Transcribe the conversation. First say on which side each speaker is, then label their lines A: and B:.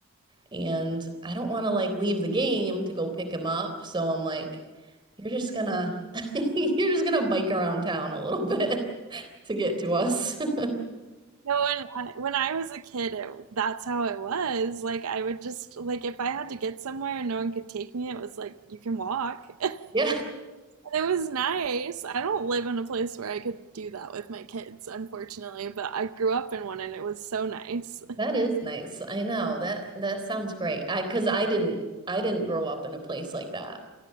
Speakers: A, on the right (about 20°); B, on the right (about 80°).
A: and I don't want to like leave the game to go pick him up. So I'm like, you're just gonna <laughs> you're just gonna bike around town a little bit <laughs> to get to us. <laughs>
B: No, when I, when I was a kid, it, that's how it was. Like I would just like if I had to get somewhere and no one could take me, it was like you can walk. <laughs>
A: Yeah,
B: And it was nice. I don't live in a place where I could do that with my kids, unfortunately, but I grew up in one and it was so nice.
A: that
B: <laughs>
A: is nice. I know. That that sounds great. I because I didn't I didn't grow up in a place like that